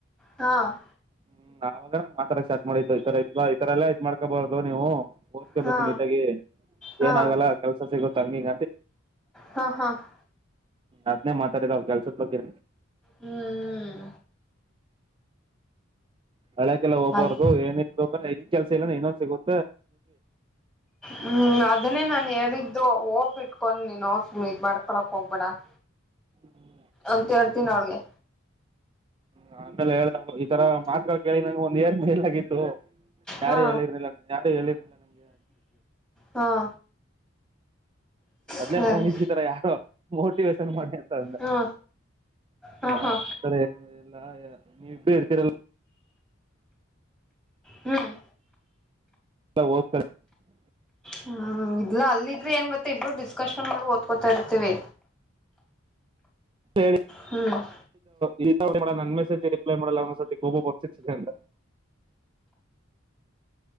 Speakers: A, in the centre; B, on the right.
A: ಹಾ <inaudible>
B: ಹ್ಮ್ ಅವಾಗ ನಂಗಗೆ ಮಾತ್ರ ಸ್ಟ್ ಮಾಡಿದ್ದ್ು ಈತರ ಇಲ್ವಾ ಈ ತತರ ಎಲ್ಲ ಇದ್ ಮಾಡ್ಕೊಬಾರ್ದು ನೀವು. ಓದ್ಕೋಬೇಕು
A: ಹಾ
B: ನೀಟಾಗಿ
A: ಹಾ
B: ಏನ ಆಾಗಲ್ಲ ಕೆಲ್ಸ ಸಿಗೋ ತಂಗಿಗ...
A: ಹಾ ಹಾ <inaudible>
B: ಅದನೇ ಮಾತಾಡಿದ ಅವ್ ಕೆಲ್ಸದ ಬಗ್ಗೆ...
A: ಹ್ಮ್
B: ಹಳ್ಯಕಲ್ಲ ಹೋಗ್ಬಾರ್ದು
A: ಅದ್
B: ಏನ ಇಲ್ ಈ ಕೆಲ್ಸ ಇಲ್ಲ ಇನೊನ್ ಸಿಗುತ್ತ.
A: ಹ್ಮ್ ಅದನ್ನೇ ನಾ ಹೇಳಳ್ ಿದ್ದು ಓಪ್ ಇಟ್ಕೊಂಡ ನೀನುು ಇದ್ ಮಾಡ್ಕೊಳಕ್ ಹೋಗ್ಬೇಡ <inaudible>
B: ಹ್ಮ
A: ಅಂತ ಹೇಳ್ತೀನ ಅವಳ್ಗೆ..
B: ಹ ಆಮೇಲೆ ಹೇಳ್ದವ್ಳು ಈ ತರ ಮಾತ್ಗಳು ಕೇಳಿ ನಂಗೆ ಒಂದ್ ಎಏಡು ಮಲ್ ಆಗಿತ್ತು... ಯಾರು
A: ಹಾ
B: ಹೇಳಿರ್ಲ್ಲ ಯಾರು ಹೇಳಿರ್ಲಿಲ್ಲ ನಂಗೆ..
A: ಹಾ
B: ಅದಲೆ
A: ಸರಿ
B: ನ ತರ ಯಾರು ಮೋಟಿವೇೇಶನ್ ಮಾಡ.
A: ಹಾ ಹಾ
B: ನಾ
A: ಹಾ
B: ಆತರ ಎಲ್ಲ ನೀ ಇ ಇರ್ತೀರಲ್ಲ...
A: ಹ್ಮ್
B: <inaudible>
A: ಹ್ಮ್ ಇಲ್ಲಾ ಅಲ್ಲಿದ್ರೆ ಏನ್ ಗತ್ತ ಇಬ್ರು ಡಿಸ್ಕಶನ್ ಮಾಡಿ ಓದ್ಕೊತಾ ಇರ್ತಿೀವಿ...
B: ೇಳಿ.
A: ಹ್ಮ <inaudible>
B: ಇ ನನ್ಮೆಸಜ ರರಿಪ್ಲೈ ಮಾಡೋ ೂ ಉಪಸ್ಥಿತ ಅಂತ.